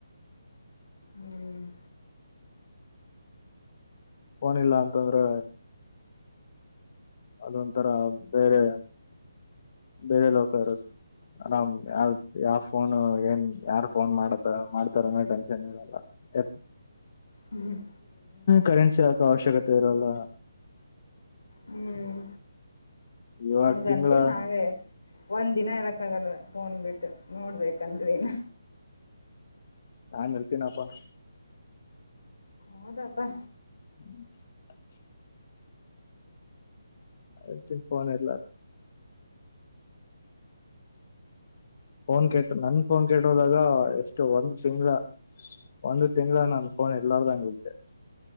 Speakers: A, on the left (about 75°); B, on the left (about 45°).
A: ಹ್ಮ್.
B: ಫೋನಿಲ್ಲ ಅಂತಂದ್ರೆ. ಅದೊಂಥರ ಬೇರೆ ಬೇರೆ ಲೋಕ ಇರುತ್ತೆ ಆರಾಮ್ ಯಾವ ಯಾವ. ಫೋನು ಏನ್ ಯಾರು ಫೋನ್ ಮಾಡ. ಮಾಡ್ತಿನಿ. ಟನ್ನ್ ಇರಲ್ಲ
A: ಹ್ಮ್
B: ಕರೆನ್ಸಿ ಆಕ ಅವಶ್ಯಕತೆ ಇರಲ್ಲ.
A: ಹ್ಮ್
B: ಇವಾಗ್
A: ಹಂಗಂತೀವಿ
B: ತಿಂಗ್ಲ.
A: ನಾವೇ ಒಂದ್ ದಿನ ಇರಕ್ ಆಗಲ್ಲ ಫೋನ್ ಬಿಟ್ಟು ನೋಡ್ಬೇಕಂದ್ರನ್.
B: ನಾನ್ ಇರ್ತೀನಪ್ಪ.
A: ಹೌದಪ್ಪಾ.
B: <inaudible> ಅತ ಫೊನ್ ಇಲ್ಲ. ಫೋನ್ ಕೆಟ್ಟ ನನ್ ಫೋನ್ ಕೆಟ್ಟೋದಾಗ ಎಷ್ಟು ಒಂದು ತಿಂಗ್ಳ ಒಂದು ತಿಂಗ್ಳ ನನ್ ಫೋನ್ ಇಲ್ಲಾರ್ದಂಗಿದ್ದೆ.